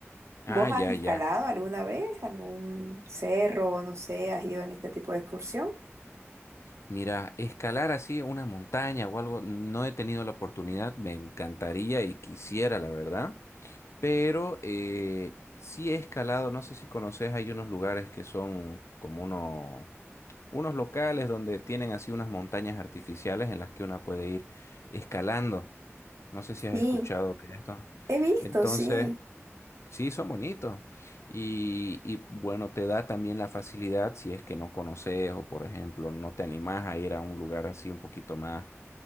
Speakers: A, on the right; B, on the left.
A: ¿Vos
B: Ah, ya,
A: has escalado
B: ya.
A: alguna vez algún cerro, no sé, has ido en este tipo de excursión?
B: Mira, escalar así una montaña o algo, no he tenido la oportunidad, me encantaría y quisiera, la verdad, pero eh, sí he escalado, no sé si conoces, hay unos lugares que son como unos, unos locales donde tienen así unas montañas artificiales en las que una puede ir escalando. No sé si has
A: Sí,
B: escuchado de esto.
A: he visto,
B: Entonces,
A: sí.
B: Sí, son bonitos. Y, y, bueno, te da también la facilidad si es que no conoces o, por ejemplo, no te animás a ir a un lugar así un poquito más